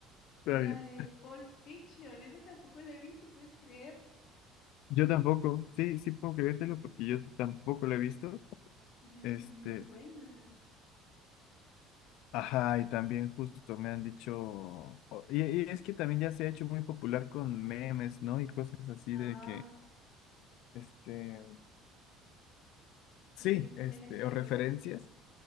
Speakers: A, on the left; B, on the left.
A: Está
B: La
A: bien.
B: de Pulp Fiction, esa tampoco la he visto, puedes creer.
A: Yo tampoco. Sí, sí puedo creértelo
B: <clears throat>
A: porque yo tampoco lo he visto.
B: Y dicen
A: Este.
B: que es muy buena.
A: Ajá, y también justo me han dicho. o- Y, y es que también ya se ha hecho muy popular con memes, ¿no? Y cosas así
B: Ah,
A: de que. Este. Sí,
B: sí, esa también
A: este.
B: la quiero
A: O referencias
B: ver.